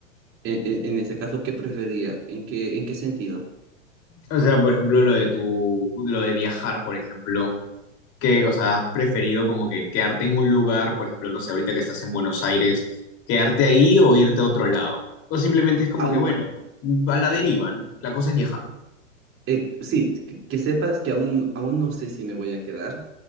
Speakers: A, on the right; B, on the left.
A: en, en- en ese caso, ¿qué prefería? ¿En qué, en qué sentido?
B: O sea, por ejemplo, lo de tu, lo de viajar, por ejemplo, que, o sea, has preferido como que quedarte en un lugar, por ejemplo, no sé, ahorita que estás en Buenos Aires, quedarte ahí o irte a otro lado. O simplemente es como
A: Aun-
B: que, bueno, a la deriva, ¿no? La cosa es viajar,
A: eh, sí, que, que sepas que aún, aún no sé si me voy a quedar.